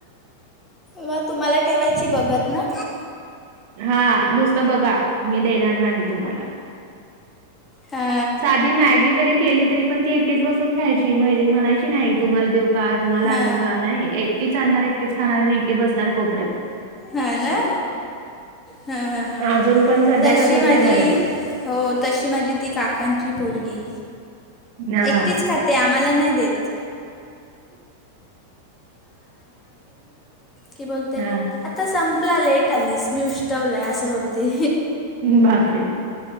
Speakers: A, on the left; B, on the right.
A: म तुम्हाला ठेवायची बघत ना
B: हा नुसत बघा मी देणार नाही तुम्हाला
A: हा
B: साधी मॅगी जरी केली तरी पण ती एकटीच बसून खायची म्हय म्हणायची नाही. तुम्हाला देऊ का तुम्हाला
A: हा
B: आणू का नाही एकटीच आणणार एकटीच खाणार आणि एकटी बसणार कोपऱ्यात
A: हा ना हं हं हं
B: अजून पण सध्या
A: तशी
B: तसंच
A: माझी
B: आहे म्हणे तिचं.
A: हो तशी माझी ती काकांची पोरगी
B: हां,
A: एकटीच खात ते आम्हाला नाय देत. ती बोलते
B: हां.
A: आता संपला. लेट आलीस मी उष्टवलंय असं बोलते.
B: बापरे!